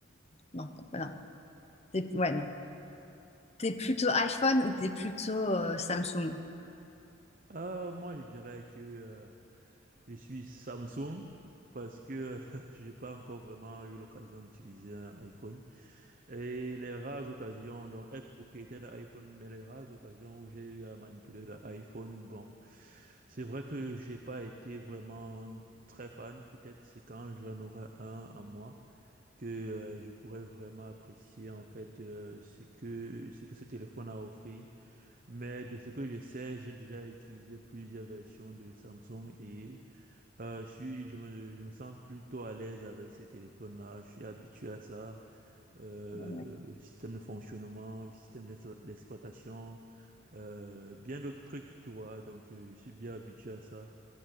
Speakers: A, on the left (about 30°); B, on the right (about 45°).
A: Non, non, bah non. T'es- Ouais, non. T'es plutôt iPhone ou t'es plutôt euh, Samsung?
B: Ah, moi, je dirais que euh, je suis Samsung parce que <laughs> j'ai pas encore vraiment eu l'occasion d'utiliser un iPhone. Et les rares occasions, donc être propriétaire d'un iPhone, mais les rares occasions où j'ai eu à manipuler l'iPhone, bon, c'est vrai que j'ai pas été vraiment très fan. Peut-être c'est quand j'en aurai un à moi que euh, je pourrais vraiment apprécier en fait euh, ce que ce que ce téléphone a offert. Mais de ce que je sais, j'ai déjà utilisé plusieurs versions de Samsung et euh, je suis, je me, je me sens plutôt à l'aise avec ces téléphones-là. Je suis habitué à ça euh,
A: Ouais,
B: le système de fonctionnement, le système d'ex- d'exploitation, euh, bien d'autres trucs, tu vois. Donc, euh, je suis bien habitué à ça.